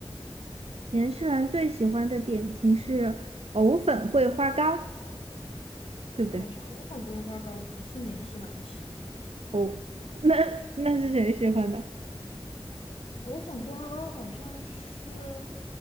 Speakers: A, on the right (about 80°); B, on the left (about 70°).
A: 年世兰最喜欢的点心是藕粉桂花糕，对不对？
B: 好像我粉桂花糕不是年世兰喜欢的吧？
A: 哦，那那是谁喜欢的？
B: 藕粉桂花糕好像是，